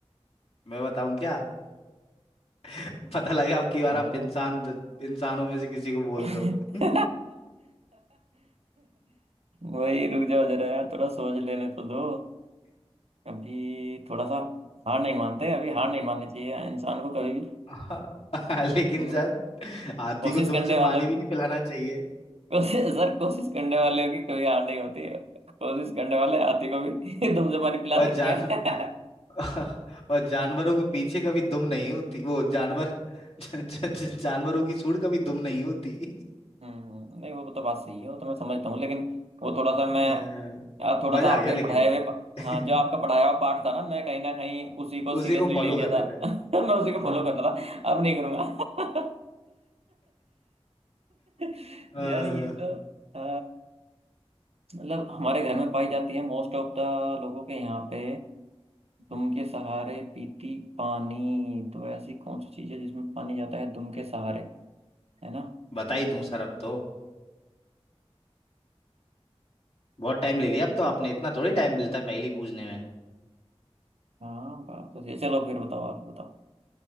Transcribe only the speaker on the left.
मैं बताऊं क्या <laughs> पता लगा अब की बार
आप इंसान इंसानों में से किसी को बोल
दो <laughs>
हाँ, लेकिन
सर हाथी
को दुम
से पानी
भी नहीं पिलाना चाहिए
और अरे
जान
<laughs> और जानवरों के पीछे
कभी दुम नहीं होती वो जानवर <laughs> ज- ज- ज- जानवरों की सूंड कभी दुम नहीं होती <laughs>
अ,
मजा
आ गया लेकिन
<laughs>
उसी
को फॉलो
कर रहे
थे
<laughs> अ,
बता ही दूं सर अब तो बहुत टाइम ले लिया अब तो आपने इतना थोड़ी टाइम मिलता है पहेली पूछने में